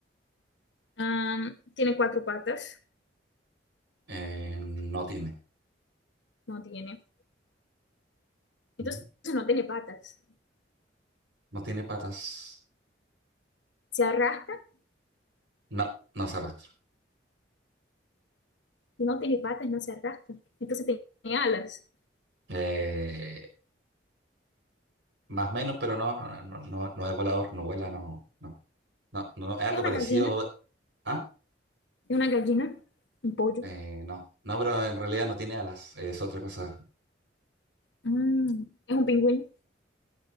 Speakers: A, on the left; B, on the right.
A: Am, tiene cuatro patas.
B: Eh, no tiene,
A: No tiene. Entonces
B: Ujú.
A: no tiene patas.
B: no tiene patas.
A: se arrastra
B: No, no se arrastra.
A: y no tiene patas, no se arrastra. Entonces tiene alas.
B: Eh, más o menos, pero no, no, no, no, no no es volador, no vuela, no, no, no, no, no, es algo
A: Es una
B: parecido.
A: gallina,
B: ¿Ah?
A: es una gallina, un pollo,
B: Eh, no, no, pero en realidad no tiene alas, es otra cosa.
A: Mm, es un pingüino,